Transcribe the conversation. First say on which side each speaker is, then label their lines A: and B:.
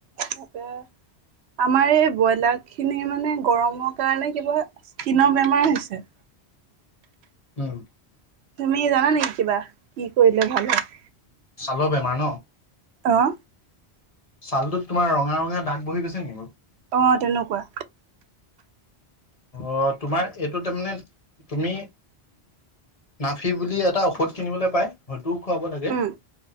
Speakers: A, on the right; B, on the left.
A: <unintelligible> আমাৰ এই ব্ৰইলাৰখিনি মানে গৰমৰ কাৰণে কিবা স্কিনৰ বেমাৰ হৈছে।
B: উ'ম।
A: তুমি জানা নেকি কিবা কি কৰিলে ভাল হয়?
B: ছালৰ বেমাৰ ন?
A: অ'হ।
B: চালটোত তোমাৰ ৰঙা, ৰঙা দাগ বহি গৈছে নেকি বাৰু?
A: অ'হ তেনেকুৱা।
B: অ' তোমাৰ এইটো তাৰমানমানে তুমি। নাফি বুলি এটা ঔষধ কিনিবলৈ পায় হয়তোও খুৱাব লাগে।
A: উম,